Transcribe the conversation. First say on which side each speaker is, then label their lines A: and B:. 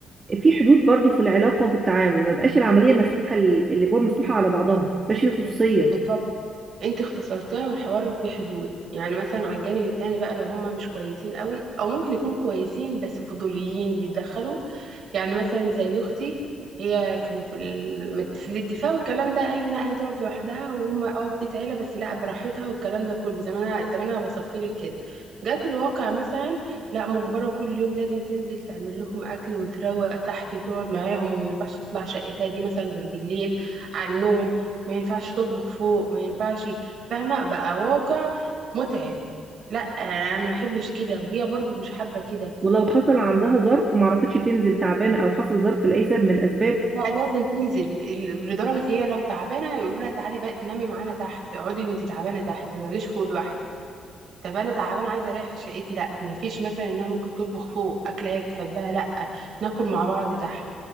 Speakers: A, on the right (about 30°); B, on the right (about 60°).
A: في حدود برضو في العلاقة وفي التعامل ما بقاش العملية مفتوحة ال- الأبواب مفتوحة على بعضها ما بقاش في خصوصية
B: بالظبط انت اختصرتها والحوار بحدود يعني مثلا على الجانب التاني بقى لو هم مش كويسين قوي او ممكن يكونوا كويسين بس فضوليين بيتدخلوا يعني مثلا زي اختي هي كانوا في ال- في الاتفاق والكلام ده قالوا انها هتقعد لوحدها وهم اه في بيت عيله بس لا براحتها والكلام ده كله زي ما انا زي ما انا وصفت لك كده جات الواقع مثلا لا مجبره كل يوم لازم تنزل تعمل لهم اكل وتروق تحت وتقعد معاهم وما ينفعش تطلع شقتها دي مثلا غير بالليل على النوم ما ينفعش تطبخ فوق ما ينفعش فاهمه بقى واقع متعب لا انا أنا ما بحبش كده وهي برضو مش حابه كده
A: ولو حصل عندها ظرف وما عرفتش تنزل تعبانة أو حصل ظرف لأي سبب من الأسباب
B: لا لازم تنزل ال- لدرجة هي لو تعبانة يقولوا لها تعالي بقى نامي معانا تحت اقعدي وانتي تعبانة تحت ما تقعديش فوق لوحدك طب انا تعبانة عايزة اريح في شقتي لا ما فيش مثلا انها ممكن تطبخ فوق اكلة هي بتحبها لا ناكل مع بعض تحت